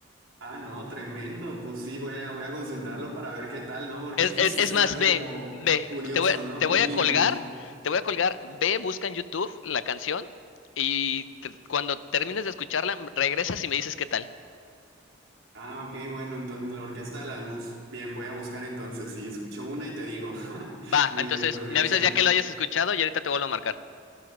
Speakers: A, on the right (about 80°); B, on the left (about 70°).
A: Ah, no, tremendo, pues sí, voy a, voy a consultarlo para ver qué tal, ¿no? Porque
B: Es,
A: <laughs> sí
B: es, es
A: se
B: más,
A: me hace
B: ve,
A: como
B: ve,
A: curioso,
B: te voy,
A: ¿no?
B: te
A: Mínimo.
B: voy a colgar, te voy a colgar, ve, busca en YouTube la canción y te- cuando termines de escucharla, regresas y me dices qué tal.
A: Ah, ok, bueno, entonces la Orquesta de la Luz. Bien, voy a buscar entonces, sí, escucho una y te digo. <laughs>
B: Va,
A: Muy
B: entonces
A: bien, pues gracias.
B: me avisas ya que lo hayas escuchado y ahorita te vuelvo a marcar.